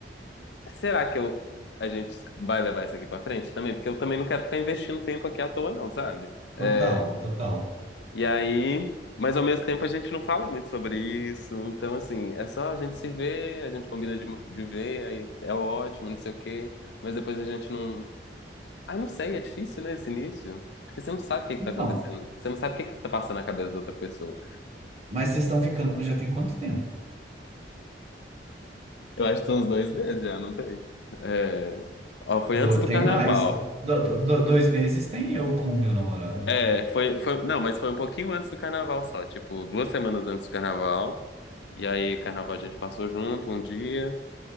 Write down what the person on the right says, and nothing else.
Total, total.
Então,
mas vocês estão ficando já tem quanto tempo?
Do-
tem
mais, né? Do- do- do- dois meses tem eu com o meu namorado.